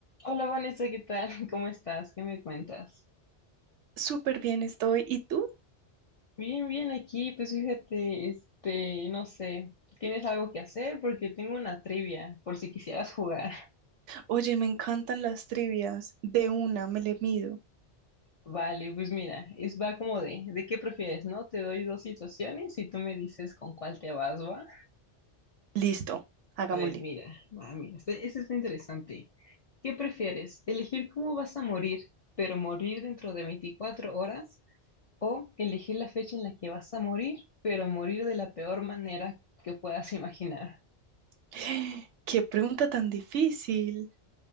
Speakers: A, on the left (about 55°); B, on the right (about 80°).
A: Hola Vanessa, ¿qué tal? <laughs> ¿Cómo estás? ¿Qué me cuentas?
B: Súper bien estoy. ¿Y tú?
A: Bien, bien aquí, pues fíjate, este, no sé, ¿tienes algo que hacer? Porque tengo una trivia, por si quisieras jugar. <laughs>
B: Oye, me encantan las trivias. De una, me le mido.
A: Vale, pues mira, es va como de, ¿de qué prefieres, no? Te doy dos situaciones y tú me dices con cuál te vas, ¿va?
B: Listo, hagámosle.
A: A ver, mira, va, mira, este, este está interesante. ¿Qué prefieres? ¿Elegir cómo vas a morir, pero morir dentro de 24 horas? O elegir la fecha en la que vas a morir, pero morir de la peor manera que puedas <laughs> imaginar.
B: <gasps> Qué pregunta tan difícil.